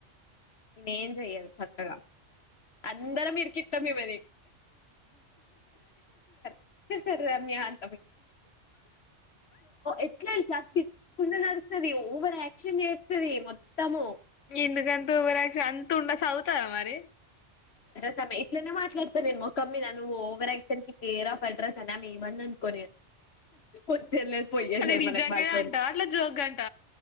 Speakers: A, on the left; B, on the left.
A: ఇమేం జెయ్యదు సక్కగా అందరం ఇర్కిత్తం ఇమేని సర్ సార్ రమ్యా ఆన్ ఎట్లా ఎల్సా <unintelligible> నడుస్తది ఓవరాక్షన్ జేస్తదీ మొత్తము
B: ఎందుకంతోవరాక్షన్ అంతుండ సదుతదా మరీ
A: సమె ఇట్లనే మాట్లాడతా నేన్మోకమ్మీద నన్వోవరాక్షన్కి కేర్ ఆఫ్ అడ్రస్ అని ఆమెమన్నన్కొని వచ్చేది లేదు పోయేది
B: అది
A: లేదు
B: నిజంగానే
A: మనకి వాళ్లతోనే
B: అంట అట్లా జోక్ అంట